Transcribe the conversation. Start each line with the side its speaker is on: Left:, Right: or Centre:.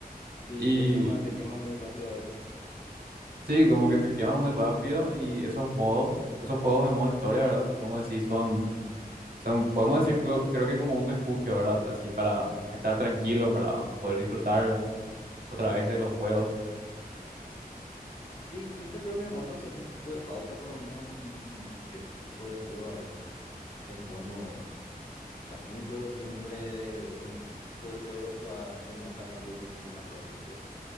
Left: Sí,
Right: Y
Left: te quema, te quema muy rápido a veces. ¿no?
Right: sí, como que te quema muy rápido y esos modos, esos juegos de modo historia, ¿verdad? Como decís, son, son, podemos decir, creo, creo que como un refugio, ¿verdad? Así para estar tranquilo, para poder disfrutar otra vez de los juegos.
Left: Sí, siempre creo que es bueno hacer un tipo de pausa, por lo menos en, en, en cierto tipo de juego. A veces es bueno, o sea, mucho siempre el mismo tipo de juego te va a terminar cansando sí o sí nomás luego. Entonces